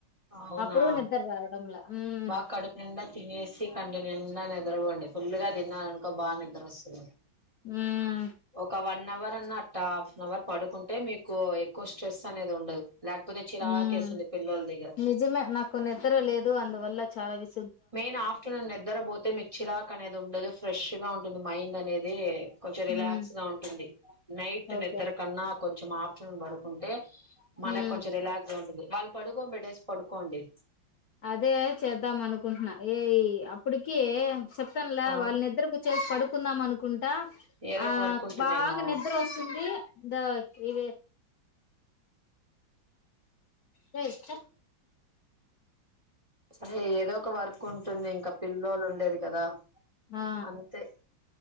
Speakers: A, on the right; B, on the left.
A: అవునా
B: అప్పుడు నిద్ర రావడంలా ఉమ్
A: బాగా కడుపు నిండా తినేసి కండి నిండా నిద్ర వొండి ఫుల్ గా తిన్నారనుకో బాగా నిద్ర వస్తుంది
B: ఉమ్
A: ఒక వన్ అవర్ అన్నట్ట హాఫ్ అన్ అవర్ పడుకుంటే మీకు ఎక్కువ స్ట్రెస్ అనేది ఉండదు లేకపోతే చిరాకేస్తుంది
B: ఉమ్
A: పిల్లోల దగ్గర
B: నిజమే నాకు నిద్ర లేదు అందువల్ల చాలా విస్
A: మెయిన్ ఆఫ్టర్నూన్ నిద్దర పోతే మీకు చిరాకు అనేది ఉండదు ఫ్రెష్ గా ఉంటుంది మైండ్ అనేది కొంచం రిలాక్స్
B: ఉమ్
A: గా ఉంటుంది నైట్
B: ఓకే
A: నిద్ర కన్నా కొంచెం ఆఫ్టర్నూన్ పడుకుంటే మనకు
B: ఉమ్
A: కొంచెం రిలాక్స్ గా ఉంటుది వాళ్ళు పడుకోబెడేసి పడుకోండి
B: అదే చేద్దాం అనుకుంటున్నా ఏ అప్పటికి చెప్తనులా
A: ఆ
B: వాళ్ళని నిద్దరుకు చేసి పడు కుందాం అనుకుంటా
A: ఏదో
B: ఆ
A: ఒక వర్క్ ఉంటుందేమో
B: బాగా నిద్ర వస్తుంది ద ఇవే రస్
A: అరే ఏదో ఒక వర్క్ ఉంటుంది ఇంకా పిల్లోలు ఉండేది కదా
B: ఆ
A: అంతే